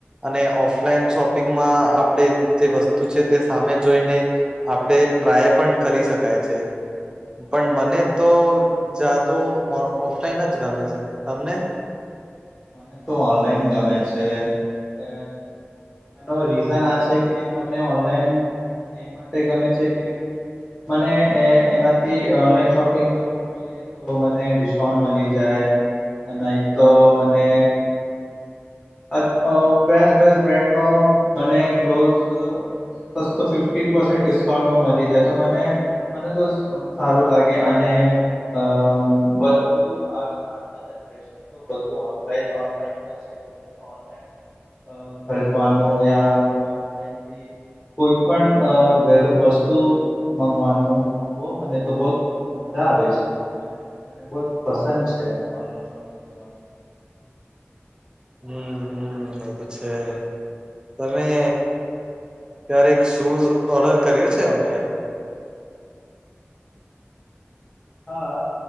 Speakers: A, on the right; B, on the left.
A: અને ઓફલાઈન શોપિંગમાં આપણે જે વસ્તુ છે તે સામે જોઈને આપડે ટ્રાય પણ કરી શકાય છે. પણ મને તો જાદુ ઓફ ઓફલાઈન જ ગમે છે. તમને?
B: મને તો ઓનલાઈન ગમે છે. એ એનો રીઝન આ છે કે મને ઓનલાઈન એ માટે ગમે છે કે મને એ એનાથી ઓનલાઈન શોપિંગ કરવું જોઈ એ તો મને ડિસ્કાઉન્ટ મલી જાય. નહી તો મને અ અ બેસ્ટ બેસ્ટ બ્રાન્ડનો મને ક્લોથસ સસ્તો ફિફ્ટી પર્સેન્ટ ડિસ્કાઉન્ટમાં મલી જાય તો મને મને તો સારું લાગે અને અ બધું આજ આજનો જનરેશન તો બધું ઓનલાઇ ઓનલાઈન નો છે તો મને ઓન ઓનલાઈન અ ખરીદવાનું યા ઓનલાઈન થી કોઈ પણ અ વ વસ્તુ મગવાનું બહુ મને તો બહોત મજા આવે છે. અન ને મને બહોત પસંદ છે ઓનલાઈન શોપિંગ કરવાનું.
A: હમ હમ એ તો છે. તમે ક્યારેક શૂઝ ઓર્ડર કર્યું છે ઓનલાઈન?
B: હા